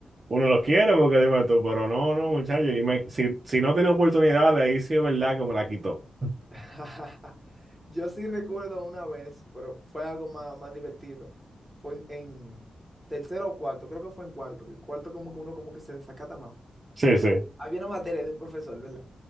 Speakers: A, on the right (about 35°); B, in the centre.
A: Uno lo quiere porque dime tú, pero no, no, muchachos, y me- si, si no tiene oportunidad, de ahí sí es verdad que me la quitó.
B: <laughs> Yo sí recuerdo una vez, pero fue algo más, más divertido. Fue en, en tercero o cuarto, creo que fue en cuarto. que En cuarto como que uno como que se desacata más.
A: Sí, sí.
B: Había una materia de un profesor, ¿verdad?